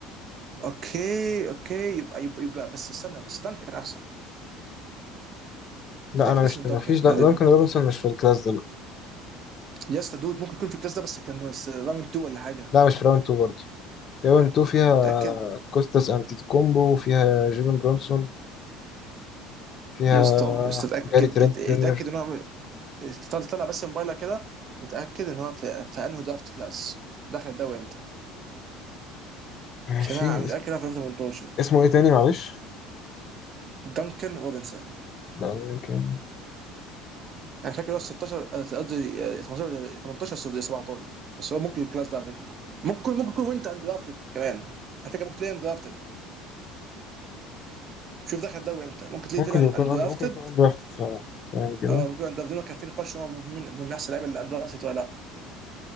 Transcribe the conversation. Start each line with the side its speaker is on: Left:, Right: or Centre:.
Right: اوكي اوكي يبقى يبقى, يبقى بس استنى بس دانكن احسن
Left: لا
Right: اتاكد
Left: انا مش
Right: بس من
Left: مفيش
Right: دانكن أنا-
Left: دا دانكن روبنسون مش في الكلاس ده لا
Right: يا اسطى دود ممكن يكون في الكلاس ده بس كان بس راوند 2 ولا حاجه
Left: لا مش في راوند 2 برضه راوند 2 فيها
Right: اتاكد
Left: كوستاس انتيتوكومبو فيها جيلن برونسون فيها
Right: يا اسطى يا اسطى اتاكد
Left: جاري ترينت
Right: ات-
Left: جونيور
Right: اتاكد ان هو عمل- طلع طلع بس موبايلك كده وتاكد ان هو في, في انهي درافت كلاس دخل الدوري امتى عشان
Left: في
Right: انا متاكد
Left: اس-
Right: انا في 2018
Left: اسمه ايه تاني معلش
Right: دانكن روبنسون
Left: دانكن ممكن
Right: انا فاكر هو 16 قصدي آه، 18 ولا 18 ولا 17 بس هو ممكن الكلاس ده على فكره ممكن يكون ممكن يكون وانت اندرافتد كمان على فكره ممكن تلاقيه اندرافتد شوف دخل الدوري امتى ممكن تلاقيه
Left: ممكن
Right: فعلا
Left: يكون
Right: اندرافتد
Left: عن... ممكن يكون اندرافتد فعلا ثواني كده
Right: اه ممكن اندرافتد كان في نقاش هو من من احسن اللعيبه اللي اندرافتد ولا لا